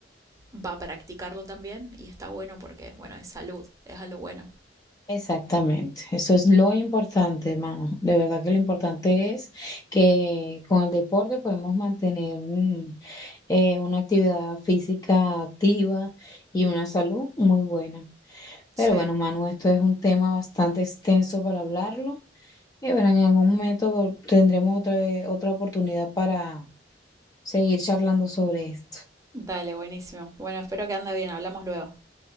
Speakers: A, on the right (about 20°); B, on the left (about 20°).
A: va a practicarlo también y está bueno porque, bueno, es salud, es algo bueno.
B: Exactamente, eso es lo importante, hermano. De verdad que lo importante es que con el deporte podemos mantener mm, eh, una actividad física activa y una salud muy buena. Pero
A: Sí.
B: bueno, Manu, esto es un tema bastante extenso para hablarlo. Y bueno, en algún momento tendremos otra vez- otra oportunidad para seguir charlando sobre esto.
A: Dale, buenísimo. Bueno, espero que ande bien, hablamos luego.